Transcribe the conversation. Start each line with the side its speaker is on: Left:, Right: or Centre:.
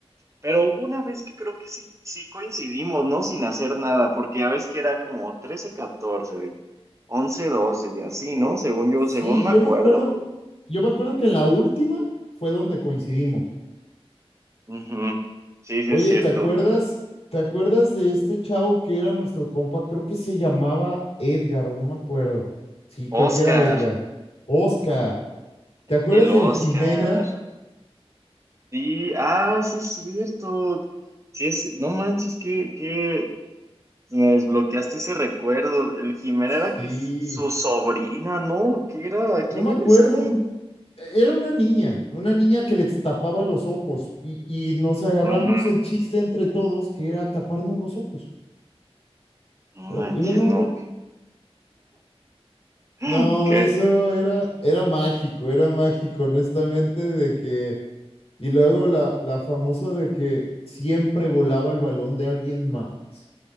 Right: Pero hubo una vez que creo que sí, sí coincidimos, ¿no? Sin hacer nada, porque ya ves que era como trece catorce once doce y así, ¿no? Según yo,
Left: Sí,
Right: según me
Left: yo
Right: acuerdo.
Left: me acuerdo, yo me acuerdo que en la última fue donde coincidimos.
Right: Ujú. Sí, sí
Left: Oye,
Right: es cierto.
Left: ¿te acuerdas, te acuerdas de este chavo que era nuestro compa? Creo que se llamaba Edgar o no me acuerdo. Sí,
Right: Oscar,
Left: creo que era Edgar. Oscar, ¿te acuerdas
Right: el
Left: del
Right: Oscar.
Left: Jimena?
Right: Sí, ah, sí es cierto. Sí es, no manches, que, que me desbloqueaste ese recuerdo. El Jimena
Left: Sí,
Right: era que s- su sobrina, ¿no? ¿Qué era? ¿Quién
Left: no me
Right: era
Left: acuerdo,
Right: esa niña?
Left: Era una niña, una niña que les tapaba los ojos y, y nos agarramos
Right: Ujú.
Left: el chiste entre todos que era taparnos los ojos.
Right: No
Left: Eh,
Right: manches,
Left: Yo no,
Right: no.
Left: rec-
Right: <gasps>
Left: no,
Right: Que
Left: eso era, era mágico, era mágico, honestamente, de que, y luego la, la famosa de que siempre volaba el balón de alguien más.